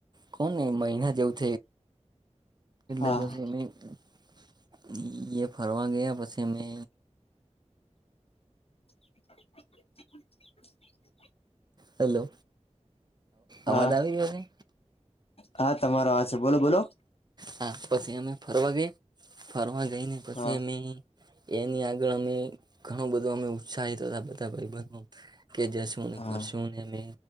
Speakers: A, on the right (about 35°); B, on the left (about 55°).
A: કોણ ને મહિના જેવું
B: હા
A: <unintelligible>
B: હા
A: ફરવા ગયા પછી અમે
B: <inaudible>
A: હેલો અવાજ
B: હા
A: આવી રહ્યો છેને
B: હા તમારો આ છે બોલો બોલો
A: હા પછી અમે ફરવા ગયા ફરવા ગઈને પછી
B: હા
A: અમે એની આ અમે ઘણું બધું અમે ઉત્સાહિત હતા બધા ભ કે જશું ને
B: હા
A: કરશુંને અ